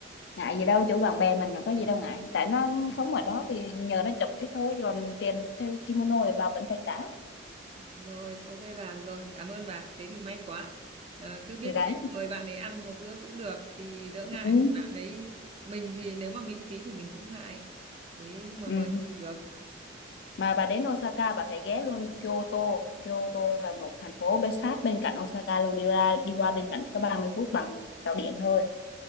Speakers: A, on the left; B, on the right.
A: ngại gì đâu, chỗ bạn bè mình mà có gì đâu ngại. Tại nó sống ở đó thì nhờ nó chụp thế thôi, còn tiền theo kimono thì bà vẫn phải trả.
B: Rồi, ok bà rồi, cảm ơn bà. Thế thì may quá. Ờ, cứ biết
A: Thì đấy.
B: thế mời bạn ấy ăn một bữa cũng được thì đỡ ngại
A: Ừ.
B: vì bạn ấy mình thì nếu mà miễn phí thì mình cũng ngại. Thế nhưng mà
A: Ừ.
B: mời thì được.
A: Mà bà đến Osaka bà phải ghé luôn Kyoto. Kyoto là một thành phố bên sát bên cạnh Osaka luôn đi ra đi qua bên cạnh chỉ có 30 phút bằng tàu điện thôi.